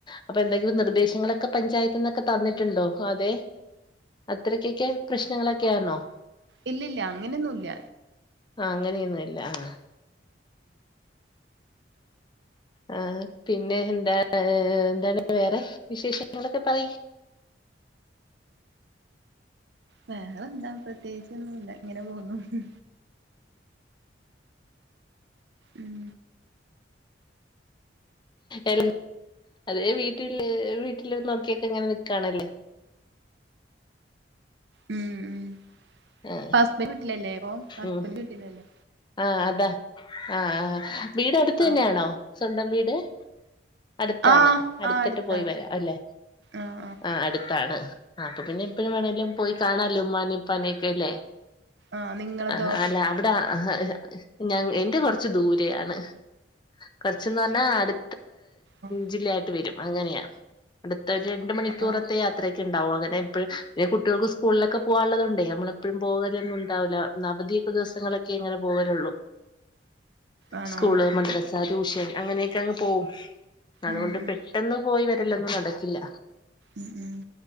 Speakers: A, on the left; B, on the right.
A: അപ്പൊ എന്തെങ്കിലും നിർദേശങ്ങളൊക്കെ പഞ്ചായത്തി നിന്നൊക്കെ തന്നിട്ടുണ്ടോ അതെ. അത്രക്കൊക്കെ പ്രശ്നങ്ങളൊക്കെയാണോ.
B: ഇല്ലല്ല അങ്ങനെയൊന്നുംല്ല.
A: ആ അങ്ങനെയൊന്നും ഇല്ല ആ. ആ പിന്നെ എന്താ എന്താണ് വേറെ വിശേഷങ്ങളൊക്കെ പറയും.
B: വേഗ എന്താ പ്രത്യേകിച്ചൊന്നും ഇല്ല ഇങ്ങനെ പോന്നുന്നു. ഉം
A: എ അതെ വീട്ടില് വീട്ടില് നോക്കിയക്കെ ഇങ്ങനെ നിക്കണല്ലേ.
B: ഉ ഉ
A: ആ
B: ഇപ്പ ഹസ്ബ വീട്ടിലല്ലേ പോ ഹസ്ബൻഡ്
A: ഉം
B: വീട്ടിൽ അല്ലേ..
A: ആ അതാ ആ ആ വീട് അടുത്ത്
B: ആ
A: തന്നെയാണോ സ്വന്തം വീട്. അടുത്താണ്
B: ആഹ്
A: അടുത്തിട്ട്
B: ആ അടുത്താണ്
A: പോയി വരാം അല്ലെ
B: ആഹ് ആഹ്
A: ആഹ അടുത്താണ്. ആ അപ്പൊ പിന്നെ എപ്പഴും വേണേങ്കിലും പോയി കാണാലോ ഉമ്മാനെയുംഉപ്പാനൊക്കെ അല്ലേ.
B: ആഹ് നിങ്ങളതോ
A: ആ അല്ല അവിടെ. ആ ആഹഎന്റെ കൊറച്ച് ദൂരെയാണ് കുറച്ചന്ന് പറഞ്ഞാ അടു..
B: ആഹ്
A: ജില്ലയായിട്ട് വരും അങ്ങനെയാ അടുത്ത രണ്ട് മണിക്കൂറത്തെ
B: ആഹ്
A: യാത്ര. ഇണ്ടാവും അങ്ങനെ എപ്പഴും കുട്ടികൾക്ക് സ്കൂളിലൊക്കെ പോവാനുള്ളതൊണ്ടേ നമ്മളെപ്പോഴും പോകലൊന്നും ഉണ്ടാവില്ല ന ദിവസങ്ങളിലൊക്കേങ്ങനെ പോവലൊള്ളൂ
B: ആണോ
A: സ്കൂൾ, മദ്റസ, ട്യൂഷൻ അങ്ങനെക്കെ അങ്ങ് പോവും അതുകൊണ്ട്
B: ഉം ഉം
A: പെട്ടെന്ന് പോയി വരലൊന്നും നടക്കില്ല
B: ഉം ഉം